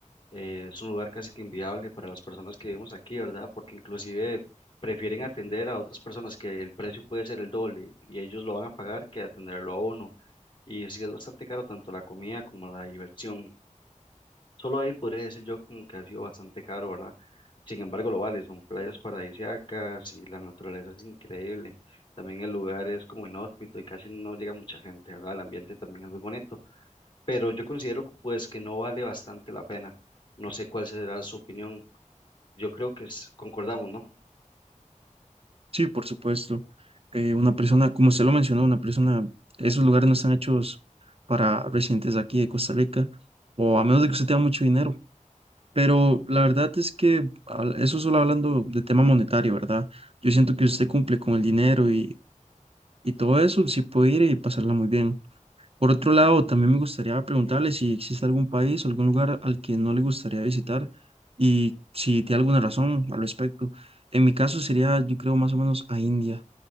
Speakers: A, on the left; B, on the right.
A: eh, es un lugar casi que inviable para las personas que vivimos aquí, ¿verdad? Porque inclusive prefieren atender a otras personas que el precio puede ser el doble y ellos lo van a pagar que atenderlo a uno. Y sí es bastante caro tanto la comida como la diversión. Solo ahí podría decir yo como que ha sido bastante caro, ¿verdad? Sin embargo, lo vale, son playas paradisíacas y la naturaleza es increíble. También el lugar es como inhóspito y casi no llega mucha gente, ¿verdad? El ambiente también es muy bonito pero yo considero pues que no vale bastante la pena. No sé cuál será su opinión. Yo creo que es- concordamos, ¿no?
B: Sí, por supuesto. Eh, una persona, como usted lo mencionó, una persona, esos lugares no están hechos para residentes de aquí de Costa Rica, o a menos de que usted tenga mucho dinero. Pero la verdad es que al- eso solo hablando de tema monetario, ¿verdad? Yo siento que usted cumple con el dinero y, y todo eso, sí puede ir y pasarla muy bien. Por otro lado, también me gustaría preguntarle si existe algún país o algún lugar al que no le gustaría visitar y si tiene alguna razón al respecto. En mi caso sería, yo creo, más o menos a India.